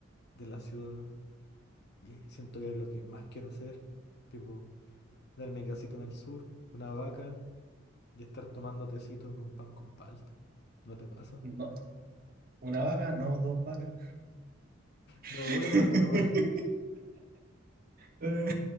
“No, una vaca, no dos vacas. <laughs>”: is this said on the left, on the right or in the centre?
Right